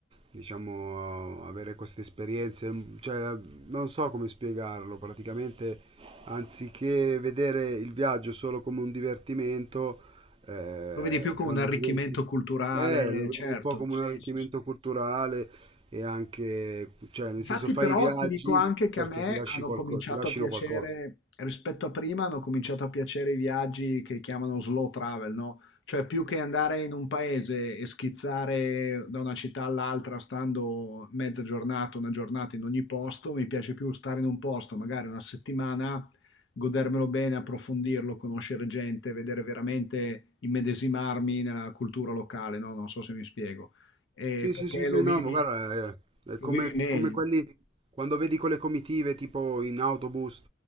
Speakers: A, on the right; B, on the left.
A: diciamo, avere queste esperienze. Mm, Cioè, non so come spiegarlo, praticamente anziché vedere il viaggio solo come un divertimento, eh,
B: Lo vedi più come
A: quando
B: un arricchimento
A: diventi...
B: culturale,
A: Eh, lo
B: certo,
A: vedi un po' come
B: sì,
A: un arricchimento
B: sì, sì.
A: culturale, e anche, cioè, nel
B: Infatti
A: senso fai
B: però
A: i viaggi
B: ti dico anche che
A: perché
B: a me
A: ti lasci
B: hanno
A: qualcosa,
B: cominciato
A: ti lasciano
B: a piacere,
A: qualcosa.
B: rispetto a prima, hanno cominciato a piacere i viaggi che chiamano slow travel, no? Cioè più che andare in un paese e schizzare da una città all'altra stando mezza giornata, una giornata in ogni posto, mi piace più stare in un posto, magari una settimana, godermelo bene, approfondirlo, conoscere gente, vedere veramente, immedesimarmi nella cultura locale, no? Non so se mi spiego. Eh,
A: Sì,
B: perché
A: sì, sì, sì,
B: lo vivi,
A: no, ma guarda, è, è come,
B: lo vivi meglio.
A: come quelli, quando vedi quelle comitive tipo in autobus